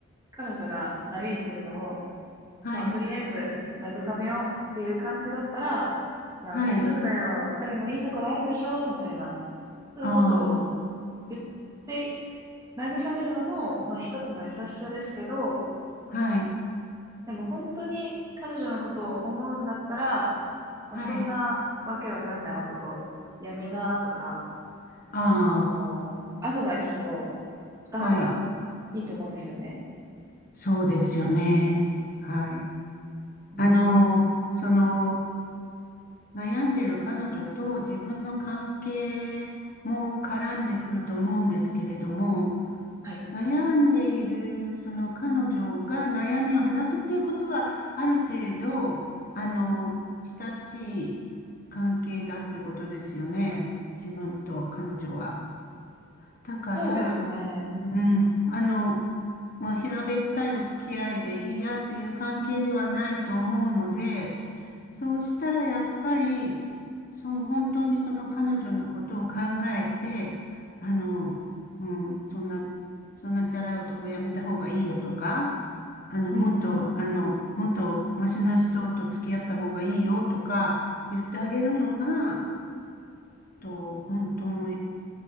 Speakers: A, on the right; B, on the left.
A: 彼女が嘆いてるのを、
B: はい、
A: まあ、とりあえず慰めようっていう感じだったら、まあ、
B: はい、
A: 大丈夫だよ。彼もいいところあるでしょみたいな、そういうことを
B: ああ、
A: 言って、慰めるのも、まあ、一つの優しさですけど、
B: はい、
A: でも本当に彼女のことを思うんだったら、まあ、
B: はい、
A: そんなわけわかんない男、やめなとか、
B: ああ、
A: こう、アドバイスをした方が
B: はい。
A: いいと思うんですよね。
B: そうですよね。はい。
A: うー
B: あの、
A: ん。
B: その、悩んでる彼女と自分の関係も絡んでくると思うんですけれども、
A: はい。
B: 悩んでいる、その彼女が悩みを話すっていうことは、ある程度、あの、親しい関係だってことですよね。自分と彼女は。だから、
A: そうですね。うんうん。
B: うん、あの、まあ、平べったいお付き合いでいいやっていう関係ではないと思うので、そうしたらやっぱり、そう、本当にその彼女のことを考えて、あの、うん、そんな、そんなチャラい男やめた方がいいよとか、あの、
A: うんう
B: もっと、あの、もっとマシな人と付き合った方がいいよとか言ってあげるのが、と、本当の優